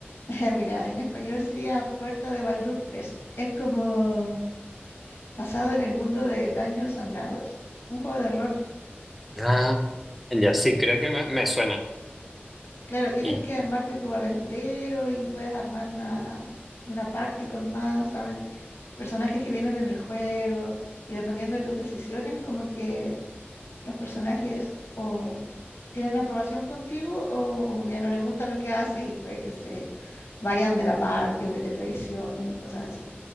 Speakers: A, on the left; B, in the centre.
A: él? <laughs> Mira, en español sería Puerta de Baldur 3. Es como basado en el mundo de Dungeons and Dragons, un juego de rol.
B: Ah. Ya, sí, creo que me, me suena.
A: Claro, tienes
B: ¿Y,
A: que armarte tu aventurero y puedes armar una, una party con más aven- personajes que vienen en el juego y dependiendo de tus decisiones, como que los personajes o tienen aprobación contigo o como que no les gusta lo que haces y puede que se vayan de la parte o que te traicionen y cosas así.